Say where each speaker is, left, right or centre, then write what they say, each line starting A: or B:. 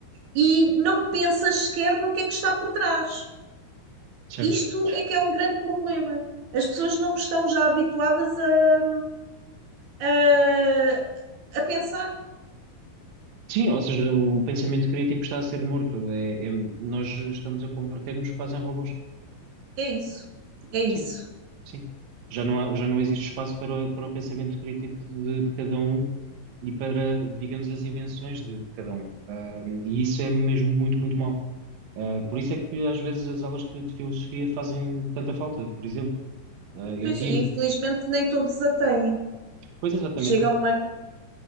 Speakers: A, on the right; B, on the right.
A: e não pensas sequer no que é que está por trás.
B: certo.
A: Isto é que é um grande problema. As pessoas não estão já habituadas a, a, a pensar.
B: Sim, ou seja, o pensamento crítico está a ser morto. É, é- nós estamos a converter-nos quase em robôs.
A: É isso. É isso.
B: Sim, sim. Já não há- já não existe espaço para, o- para o pensamento crítico de, de cada um e para, digamos, as invenções de, de cada um. Ah, e isso é mesmo muito, muito mau. Ah, por isso é que às vezes as aulas de, de filosofia fazem tanta falta, por exemplo. Ah, eu
A: Pois,
B: tive,
A: e infelizmente nem todos a têm.
B: pois exatamente,
A: Chega um ano.